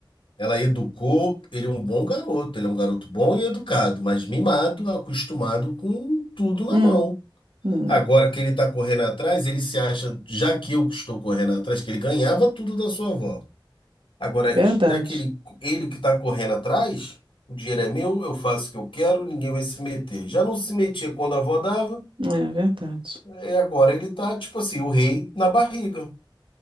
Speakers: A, on the left; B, on the right.
A: Ela educou, ele é um bom garoto, ele é um garoto bom e educado, mas mimado, acostumado com tudo na
B: Hum,
A: mão.
B: hum,
A: Agora que ele está correndo atrás, ele se acha, já que eu estou correndo atrás, que ele ganhava tudo da sua avó. Agora,
B: verdade.
A: já que ele, ele que está correndo atrás, o dinheiro é meu, eu faço o que eu quero, ninguém vai se meter. Já não se metia quando a avó dava,
B: É verdade.
A: e agora ele está, tipo assim, o rei na barriga.